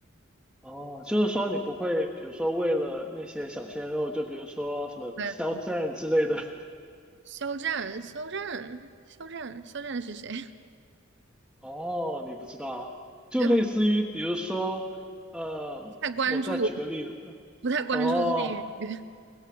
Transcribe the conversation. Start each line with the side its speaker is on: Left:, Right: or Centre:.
Centre: 哦，就是说你不会，比如说为了那些小鲜肉，就比如说什么肖战之类的。
Right: 对。
Centre: <laughs>
Right: 肖战，肖战，肖战，肖战是谁？<laughs>
Centre: 哦，你不知道，就类似于比如说，
Right: 对，不
Centre: 呃，
Right: 太关注，
Centre: 我再举个例子，
Right: 不太关注内娱，
Centre: 哦